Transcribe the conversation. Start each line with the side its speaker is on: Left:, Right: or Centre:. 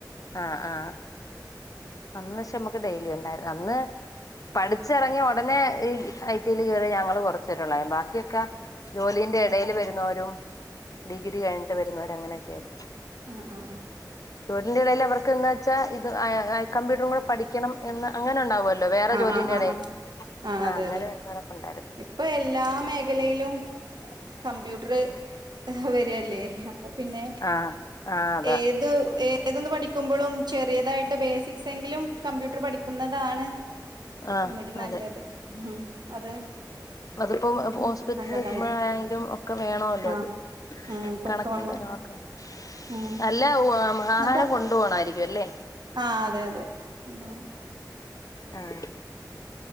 Left: ആഹ് ആഹ് അന്ന് പക്ഷെ നമക്ക് ഡെയിലി ഉണ്ടായിര്ന്ന് അന്ന് പഠിച്ചെറങ്ങിയ ഒ ടനെ ഈ ഐ ടില് കേറിയ ഞങ്ങള് കൊറച്ച് പേരൊള്ളാര്ന്നു ബാക്കിയൊക്കെ ജോലിന്റെ എടേല് വരുന്നവരും ഡിഗ്രി കഴിഞ്ഞിട്ട് വരുന്നവരും അങ്ങനെയൊക്കെയായിരുന്നു
Right: ആഹ് ആഹ് ആഹ്
Left: ജോലിന്റെ എടേല് അവർക്ക് എന്തിച്ചാ ഇത് കമ്പ്യൂട്ടറും കൂടെ പഠിക്കണം എന്ന് അങ്ങനെ ഉണ്ടാവൊ ല്ലൊ വേറെ
Right: ആ ആ
Left: ജോലിന്റെ
Right: ആ ആ
Left: എടയില്
Right: ആ ആ ആ
Left: ആഹ്
Right: അതെ
Left: അങ്ങനെ
Right: അതെ
Left: വരുന്നോരൊക്കെ ഉണ്ടായിരുന്നു
Right: ഇപ്പൊ എല്ലാ മേഖലയിലും കമ്പ്യൂട്ടർ വരല്ലേ അ പ്പൊ പിന്നെ
Left: ആ ആ അതാ
Right: ഏത് ഏ ഏതൊന്ന് പഠിക്കുമ്പളും ചെറിയതായിട്ട് ബേസിക്സ് എങ്കിലും കമ്പ്യൂട്ടർ പഠിക്കുന്നതാണ്
Left: ആ
Right: ഒന്നൂടി നല്ലത്
Left: അതെ
Right: ഉം അത്
Left: അതിപ്പോ ഹോസ്പിറ്റലിൽ
Right: ഉം നല്ലതായിരിക്കും
Left: നിൽക്കുമ്പോഴെങ്കിലും ഒക്കെ വേണോല്ലോ
Right: ആഹ്
Left: അത്
Right: ഉം പൊക്കെ
Left: കണക്കും
Right: വേണം
Left: കാര്യങ്ങളൊക്കെ പറയ
Right: ഉം
Left: അല്ല
Right: എന്നിട്ട്
Left: ആഹാരം കൊണ്ടോവണായിരിക്കും അല്ലേ
Right: ആഹ് അതെ അതെ കൊണ്ടോവണം
Left: ആഹ്